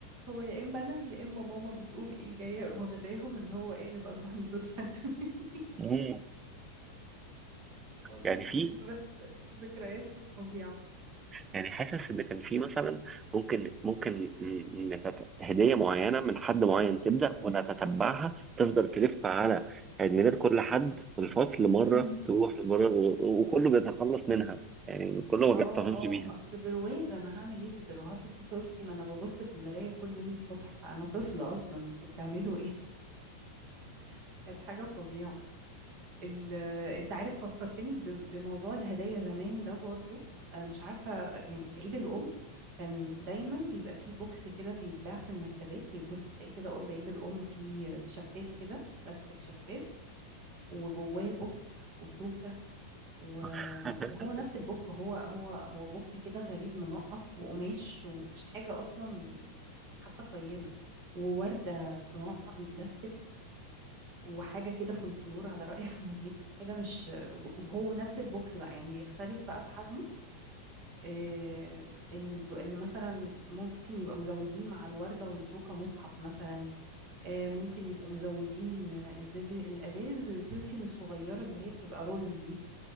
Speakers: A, on the right (about 40°); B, on the right (about 20°).
A: هو يا اما انا يا اما ماما بتقوم ايه جايه واخداهم اللي هو ايه نبقى نروح نزور حد <laughs>
B: مم.
A: والله
B: يعني في
A: بس ذكريات فظيعه
B: يعني حاسس ان كان في مثلا ممكن ممكن ن- نتت- هدية معينة من حد معين تبدأ ونتتبعها تفضل تلف على عيد ميلاد كل حد في الفصل مرة
A: امم
B: تروح لمرة و- وكله بيتخلص منها يعني كله ما
A: اه
B: بيحتفظش
A: اه
B: بيها
A: اصل برواز انا هعمل ايه بالبرو حاطه فيه صورتي ما انا ببص في المرايه كل يوم الصبح انا طفله اصلا انتوا بتعملوا ايه <laughs> كانت حاجه فظيعه ال- انت عارف فكرتني ب- بموضوع الهدايا زمان ده برضو آه، مش عارفه يعني في عيد الام كان دايما بيبقى فيه بوكس كده بيتباع في المكتبات يتبص تلاقيه كده قرب عيد الام فيه شفاف كده بلاستيك شفاف وجواه بوك وتوكه و-
B: <laughs>
A: وهو نفس البوك هو هو هو بوك كده غريب منقط وقماش ومش حاجة أصلا حتى قيمة ووردة صناعي بلاستيك وحاجة كده فولكلور على رأي <laughs> أحمد مكي حاجة مش وهو نفس البوكس بقى يعني بيختلف بقى في حجمه آه، إن الب... إن مثلا ممكن يبقى مزودين مع الوردة والتوكة مصحف مثلا آه، ممكن يبقوا مزودين آه، إزاز الأزايز البرفيوم الصغيرة اللي هي بتبقى رول دي